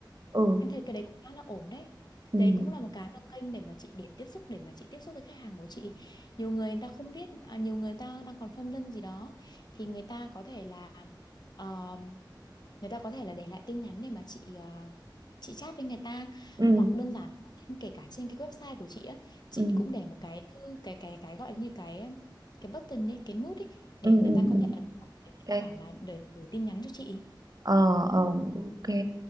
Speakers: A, on the right; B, on the left.
A: ừ,
B: Em thấy cái đấy cũng khá là ổn đấy.
A: ừ,
B: Đấy cũng là một cái mà kênh để mà chị để tiếp xúc để mà chị tiếp xúc với khách hàng của chị. Nhiều người người ta không biết, à, nhiều người ta đang còn phân vân gì đó thì người ta có thể là ờ, người ta có thể là để lại tin nhắn để mà chị ờ, chị chat với người ta
A: ừ,
B: hoặc đơn giản trên- kể cả trên cái website của chị á, chị
A: ừ,
B: cũng để một cái thư cái cái cái gọi như cái cái button đi, cái nút ý để
A: ừ,
B: người
A: ừ.
B: ta có
A: ừ.
B: thể ấn vào để người
A: Cái
B: ta bảo là để gửi tin nhắn cho chị.
A: ờ ờ, ok